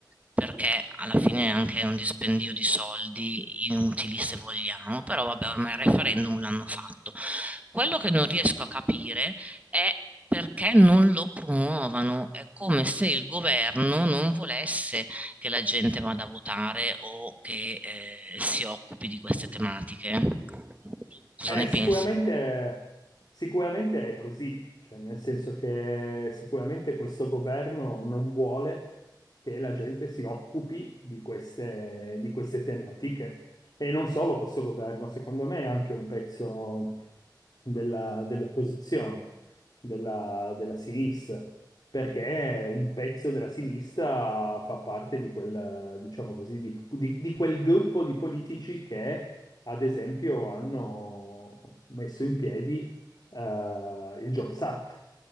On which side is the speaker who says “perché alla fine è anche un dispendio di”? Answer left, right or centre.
Right